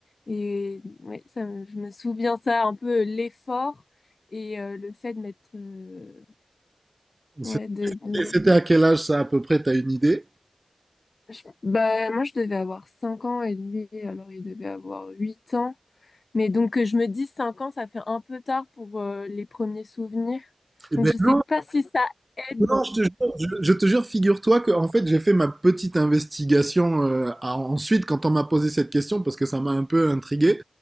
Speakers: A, on the left; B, on the right.
A: et ouais, ça, me- je me souviens ça, un peu l'effort et euh, le fait de m'être. euh,
B: C'était
A: ouais, de, de-
B: c'était à quel âge ça à peu près, t'as une idée?
A: je- bah, moi, je devais avoir 5 ans et lui, alors il devait avoir 8 ans. Mais donc, euh, je me dis, 5 ans, ça fait un peu tard pour euh, les premiers souvenirs.
B: Eh
A: Donc,
B: ben
A: je sais
B: non.
A: pas si ça aide.
B: Non, je te jure, je, je te jure, figure-toi que en fait j'ai fait ma petite investigation euh, à- ensuite quand on m'a posé cette question parce que ça m'a un peu intrigué.